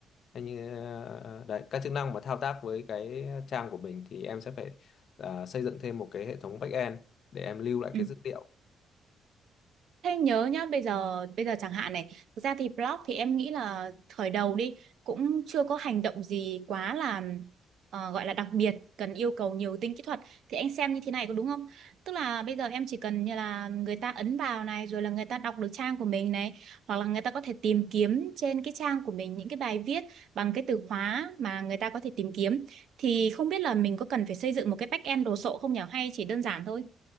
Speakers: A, on the left; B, on the right.
A: Thế như ờ, đấy, các chức năng mà thao tác với cái trang của mình thì em sẽ phải ờ, xây dựng thêm một cái hệ thống backend để em lưu lại
B: ừ.
A: cái dữ liệu
B: Thế nhớ nhá, bây giờ bây giờ chẳng hạn này, thực ra thì blog thì em nghĩ là khởi đầu đi cũng chưa có hành động gì quá là ờ, gọi là đặc biệt, cần yêu cầu nhiều tính kỹ thuật thì anh xem như thế này có đúng không? Tức là bây giờ em chỉ cần như là người ta ấn vào này rồi là người ta đọc được trang của mình này, hoặc là người ta có thể tìm kiếm trên cái trang của mình những cái bài viết bằng cái từ khóa mà người ta có thể tìm kiếm thì không biết là mình có cần phải xây dựng một cái back-end đồ sộ không nhỉ hay chỉ đơn giản thôi?